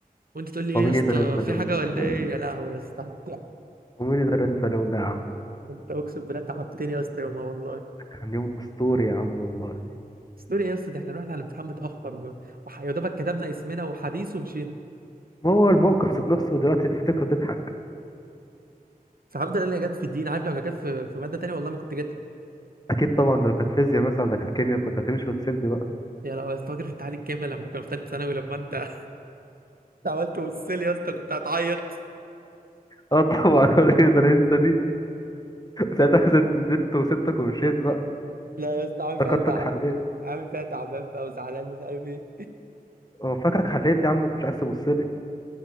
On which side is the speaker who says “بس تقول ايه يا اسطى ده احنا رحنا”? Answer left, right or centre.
Right